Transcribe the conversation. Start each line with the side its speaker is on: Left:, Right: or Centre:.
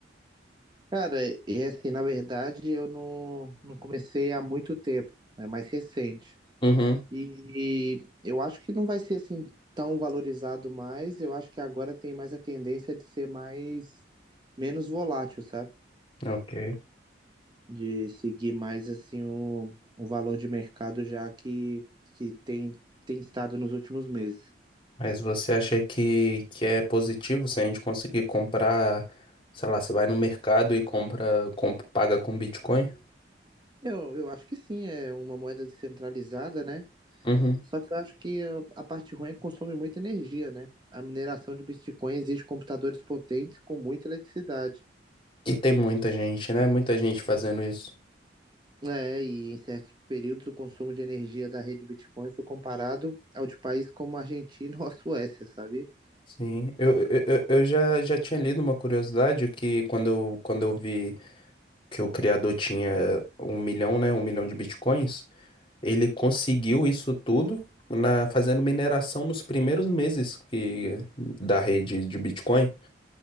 Right: Cara, é assim, na verdade, eu não, não comecei há muito tempo, é mais recente.
Left: Uhum,
Right: E, eu acho que não vai ser assim tão valorizado mais. Eu acho que agora tem mais a tendência de ser mais menos volátil, sabe?
Left: ok.
Right: De seguir mais assim o, o valor de mercado já que, que tem, tem estado nos últimos meses.
Left: Mas você acha que, que é positivo se a gente conseguir comprar, sei lá, você vai no mercado e compra, comp- paga com Bitcoin?
Right: Eu, eu acho que sim, é uma moeda descentralizada, né?
Left: Uhum.
Right: Só que eu acho que a a parte ruim é que consome muita energia, né? A mineração de Bitcoin exige computadores potentes com muita eletricidade.
Left: E tem muita gente, né? Muita gente fazendo isso.
Right: É, e em certos períodos o consumo de energia da rede Bitcoin foi comparado ao de países como a Argentina ou a Suécia, sabia?
Left: Sim, eu, eu, eu eu já, já tinha lido uma curiosidade que quando eu, quando eu vi que o criador tinha um milhão, né? Um milhão de bitcoins, ele conseguiu isso tudo na, fazendo mineração nos primeiros meses que, da rede de Bitcoin,